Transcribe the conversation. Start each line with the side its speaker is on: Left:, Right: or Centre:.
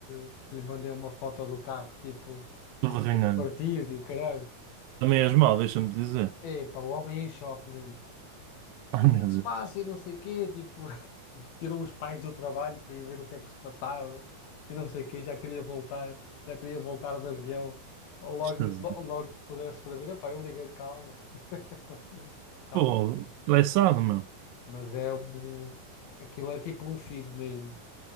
Left: que lhe mandei uma foto do carro, tipo,
Right: Tudo
Left: com o
Right: arranhado.
Left: dedo partido e o caralho.
Right: Também és mau, deixa-me dizer.
Left: Epá, o homem é em choque mesmo.
Right: <laughs> Ai
Left: E o que
Right: meu
Left: é que se passa?
Right: Deus,
Left: E não sei o quê, tipo. <laughs> tirou os pais do trabalho para ir ver o que é que se passava e não sei o quê, já queria voltar, já queria voltar de avião, logo,
Right: estás
Left: lo- logo que pudesse para vir, epá, eu liguei, calma, <laughs> calma,
Right: Pô, estressado, meu.
Left: mas é um, aquilo é tipo um filho mesmo,